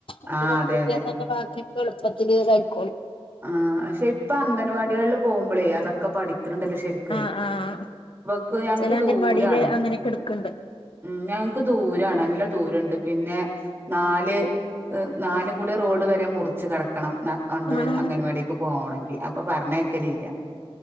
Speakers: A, on the left (about 55°); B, on the right (about 25°).
A: അത്
B: ആ
A: പഠിച്ച്
B: അതെ
A: കിട്ടിയ
B: അതെ
A: തന്നെ ബാക്കിയൊക്കെ എളുപ്പത്തില് കഴിക്കോളും.
B: ആ അക്ഷെ ഇപ്പൊ അംഗൻവാടികളിൽ പോകുമ്പളേ അതൊക്കെ പഠിക്കണണ്ടല്ലോ ശരി ക്ക്
A: ആഹ് ആഹ്
B: ഇവക്ക് ഞങ്ങക്ക്
A: ചില അംഗൻവാടിയില്
B: ദൂരാണ്.
A: അങ്ങനെയൊക്കെ എടുക്കണ്ട്
B: ഉം ഞങ്ങക്ക് ദൂരാണ് അല്ല ദൂരൊണ്ട് പിന്നെ നാല് ഇഹ് നാലും കൂടി റോഡ് വരെ മുറിച്ച് കടക്കണം ന വ ണ്ട്
A: ആഹ്
B: അംഗൻവാടിയൊക്കെ പോണങ്കി അപ്പൊ പറഞ്ഞയക്കലില്ല.